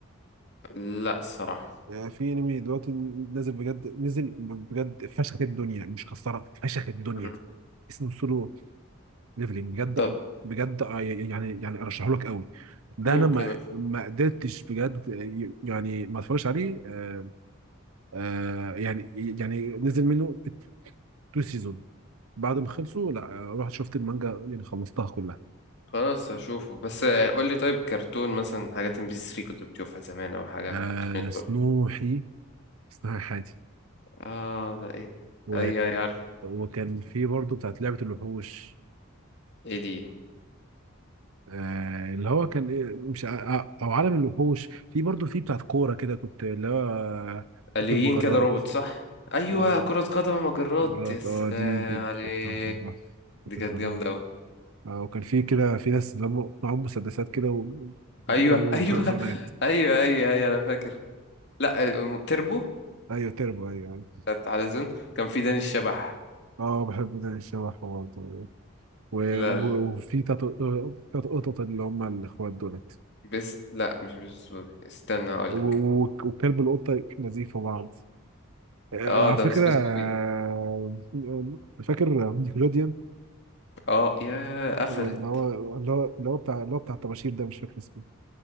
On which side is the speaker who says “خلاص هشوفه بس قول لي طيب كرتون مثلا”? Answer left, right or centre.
Left